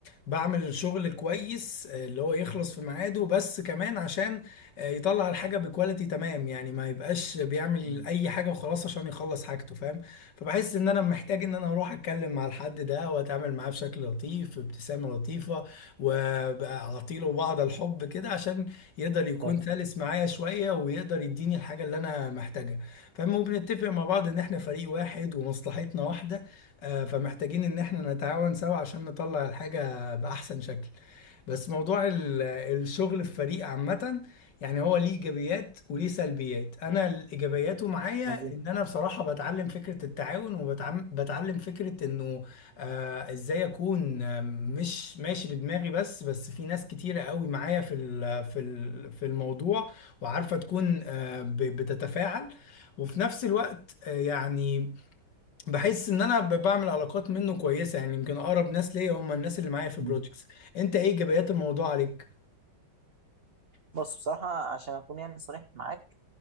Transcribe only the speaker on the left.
بعمل الشغل كويس آه، اللي هو يخلص في ميعاده بس كمان عشان آه يطلع الحاجه بكواليتي تمام يعني ما يبقاش بيعمل
اي حاجه وخلاص عشان يخلص حاجته فاهم فبحس ان انا محتاج ان انا اروح اتكلم مع الحد ده واتعامل معاه بشكل لطيف بابتسامه لطيفه واعطيله بعض الحب كده عشان يقدر يكون
سلس معايا شوية ويقدر يديني الحاجة اللي أنا محتاجها فاهم وبنتفق مع بعض إن إحنا فريق واحد ومصلحتنا واحدة آه، فمحتاجين إن إحنا نتعاون سوا عشان نطلع الحاجة بأحسن شكل بس موضوع ال- الشغل في فريق عامة يعني هو ليه إيجابيات وليه سلبيات أنا الإيجابياته معايا
إن أنا بصراحة بتعلم فكرة التعاون وبتعلم فكرة إنه آه ازاي اكون آه، مش ماشي بدماغي بس بس في ناس كتيرة قوي معايا في ال- في ال- في الموضوع وعارفة تكون آه ب- بتتفاعل وفي نفس الوقت آه يعني بحس ان انا ب- بعمل علاقات منه كويسة يعني يمكن اقرب ناس ليا هم الناس اللي معايا في
بروجكتس انت ايه ايجابيات الموضوع عليك؟